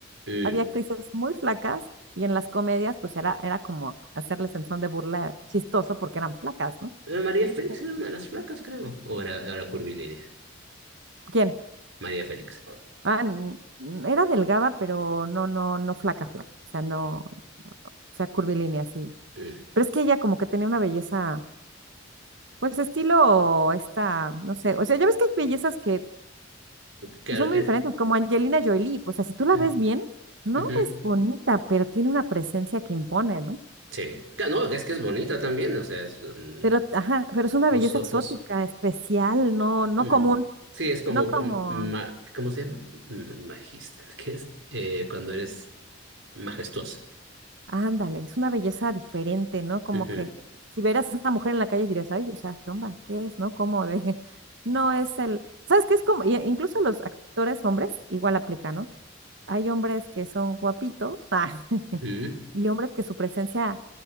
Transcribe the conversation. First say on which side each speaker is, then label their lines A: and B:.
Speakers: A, on the right; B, on the right.
A: Mm.
B: Había actrices muy flacas y en las comedias pues era, era como hacerles en son de burla chistoso porque eran flacas, ¿no?
A: Eh, María Félix
B: Pues,
A: era una de las flacas, creo. O era, era curvilínea.
B: ¿Quién?
A: María Félix.
B: Ah, n- n- era delgada, pero no, no, no flaca, flaca. O sea, no, o sea, curvilínea, sí.
A: Mm.
B: Pero es que ella como que tenía una belleza Pues estilo esta, no sé, o sea, ya ves que hay bellezas que,
A: Claro.
B: que son muy
A: eh,
B: diferentes, como Angelina Jolie, pues o sea, si tú la
A: mm,
B: ves bien, no
A: ujú.
B: es bonita, pero tiene una presencia que impone, ¿no?
A: Sí. Ca- No, es que es bonita también, o sea, es, mm,
B: Pero, ajá, pero es una
A: los
B: belleza
A: ojos.
B: exótica, especial, no, no
A: mm.
B: común,
A: Sí, es como,
B: no como,
A: com- ma- ¿cómo se llama? Mm, Magista, ¿qué es? Eh, cuando eres majestuosa.
B: ándale, es una belleza diferente, ¿no? Como
A: Ujú,
B: que si vieras a esa mujer en la calle dirías, ay, o sea, ¿qué onda? ¿Qué es, no? ¿Cómo de? <laughs> No es el, ¿sabes qué es como? y- Incluso los actores hombres igual aplica, ¿no? Hay hombres que son guapitos, <laughs>
A: ujú,
B: y hombres que su presencia,